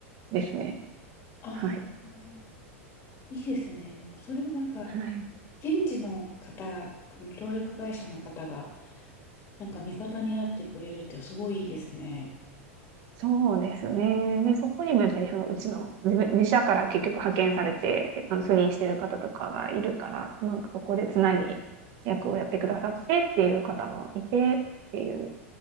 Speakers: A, on the right; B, on the left.
A: ですね。
B: ああー。
A: はい。
B: いいですね。でも、それをなんか、
A: はい。
B: 現地の方、この協力会社の方が、なんか味方になってくれるってすごいいいですね。
A: そうですね。で、そこにもやっぱりそのうちの自分、自社から結局派遣されて、あの赴任してる方とかがいるから、まあ、そこでつなぎ役をやってくださってっていう方もいてっていう